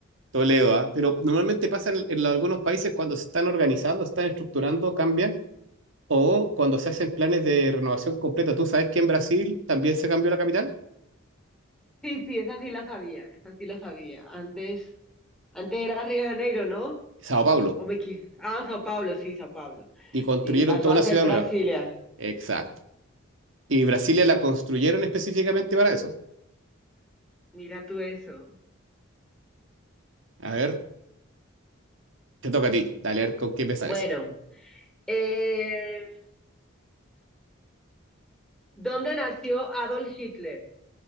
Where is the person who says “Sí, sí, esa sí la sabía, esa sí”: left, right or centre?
Centre